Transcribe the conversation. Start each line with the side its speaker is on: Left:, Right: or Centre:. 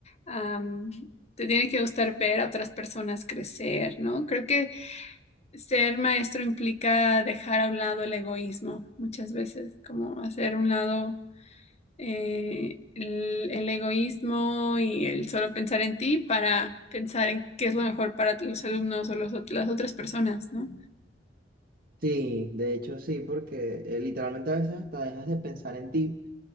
Left: am, te tiene que gustar ver a otras personas crecer, ¿no? Creo que Ser maestro implica dejar a un lado el egoísmo, muchas veces, como hacer a un lado eh, el, el egoísmo y el solo pensar en ti para pensar en qué es lo mejor para los alumnos o los ot- las otras personas, ¿no?
Right: Sí, de hecho sí, porque eh, literalmente a veces hasta dejas de pensar en ti